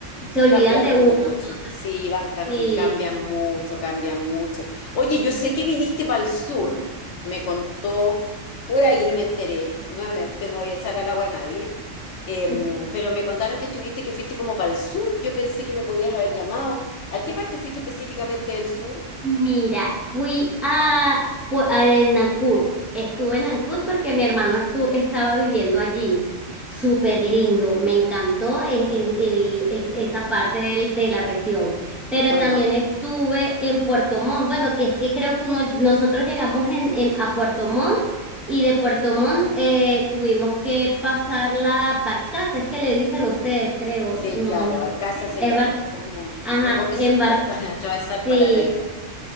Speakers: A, in the centre; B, on the left.
A: se olvidan
B: Cambian
A: de uno.
B: mucho,
A: Entonces,
B: sí, van cam-
A: sí.
B: y cambian mucho, cambian mucho. Oye, yo sé que viniste para el sur, me contó, por ahí me enteré, nuevamente no voy a echar al agua a nadie, eh,
A: <laughs>
B: pero me contaron que estuviste, que fuiste como para el sur, yo pensé que me podías haber llamado. ¿A qué parte fuiste específicamente del sur?
A: Mira, fui a, pu- a Nancut. Estuve en Nancut porque mi hermano
B: Ah,
A: estu- estaba viviendo allí. Súper lindo, me encantó eh, eh, el- el- esa parte del- de la región. Pero
B: bueno,
A: también estuve en Puerto Montt. Bueno, que es que creo que uno, nosotros llegamos en, en- a Puerto Montt y de Puerto Montt eh, tuvimos que pasar la barcaza. Es que le dicen ustedes, creo.
B: sí,
A: No,
B: claro,
A: no es.
B: Arcasa
A: Sí,
B: se
A: es
B: llama,
A: barcaza.
B: como
A: Ajá,
B: un botecito
A: embar,
B: <laughs> para atravesar
A: sí.
B: para la isla.